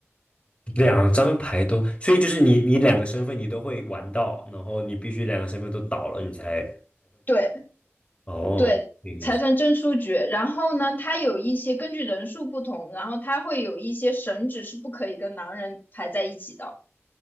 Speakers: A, on the left; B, on the left.
A: 两张牌都，所以就是你你两个身份你都会玩到，然后你必须两个身份都倒了，你才
B: 对
A: 哦，
B: 对，
A: 有意思。
B: 才算真出局。然后呢，它有一些根据人数不同，然后它会有一些神职是不可以跟狼人排在一起的，